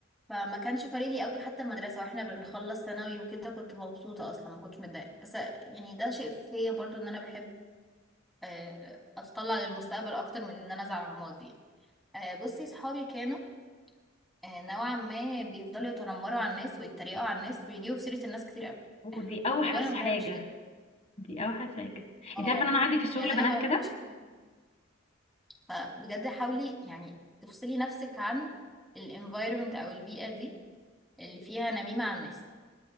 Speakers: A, in the centre; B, on the left.
A: فما كانش فارق لي قوي حتى المدرسة واحنا بنخلص ثانوي وكده كنت مبسوطة اصلا ما كنتش متضايقة بس يعني ده شيء فيا برضو ان انا بحب آه، اتطلع للمستقبل اكتر من ان انا ازعل على الماضي آه، بصي صحابي كانوا آه، نوعا ما بيفضلوا يتنمروا على الناس ويتريقوا على الناس ويجيبوا في سيرة الناس كتير قوي
B: ودي
A: <laughs>
B: اوحش
A: وانا ما
B: حاجة
A: بحبش كده
B: دي اوحش حاجة
A: اه
B: انت عارفة ان انا عندي في الشغل
A: يعني انا
B: بنات
A: ما بحبش
B: كده
A: فبجد حاولي يعني تفصلي نفسك عن الانفايرمنت او البيئة دي اللي فيها نميمة عن النفس